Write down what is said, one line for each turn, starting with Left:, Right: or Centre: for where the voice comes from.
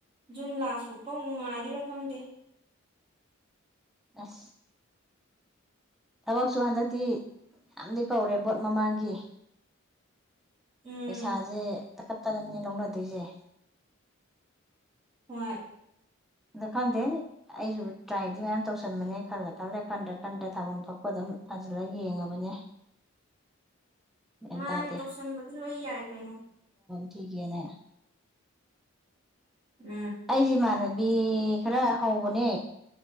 Right: ꯖꯨꯟ ꯂꯥꯁ ꯐꯥꯎ ꯀꯣꯡ ꯅꯨꯡꯉꯥꯏꯗꯨꯣꯏꯔꯥ ꯈꯪꯗꯦ
Centre: ꯑꯁ ꯊꯕꯛꯁꯨ ꯍꯟꯗꯛꯇꯤ ꯌꯥꯝꯗꯤ ꯀꯧꯔꯦ ꯕꯣꯠ ꯃꯃꯥꯡꯒꯤ
Right: ꯎꯝ
Centre: ꯄꯩꯁꯥꯥꯁꯦ ꯇꯅꯤꯡꯅꯦꯦ ꯂꯧꯅꯗꯣꯏꯁꯦ
Right: ꯍꯣꯏ
Centre: ꯑꯗ ꯈꯪꯗꯦ ꯑꯩꯁꯨ ꯇ꯭ꯔꯥꯏꯗꯤ ꯃꯌꯥꯝ ꯇꯧꯁꯟꯕꯅꯦ ꯈꯜꯂꯦ ꯈꯜꯂꯦ ꯈꯟꯗ꯭ꯔ ꯈꯟꯗ꯭ꯔ ꯊꯥꯐꯝ ꯊꯣꯛꯄ ꯑꯗꯨꯝ ꯊꯥꯖꯤꯜꯂ ꯌꯦꯡꯉꯕꯅꯦ ꯒ꯭ꯌꯥꯟ
Right: ꯃꯥꯅꯦ
Centre: ꯇꯥꯗꯦ
Right: ꯇꯧꯁꯟꯕꯗꯤ ꯂꯣꯏ ꯌꯥꯏ ꯀꯩꯅꯩꯅꯣ
Centre: ꯊꯒꯤꯦꯅꯦ
Right: ꯎꯝ
Centre: ꯑꯩꯖꯤ ꯃꯥꯅꯗ ꯕꯤ ꯈꯔ ꯍꯧꯕꯅꯦ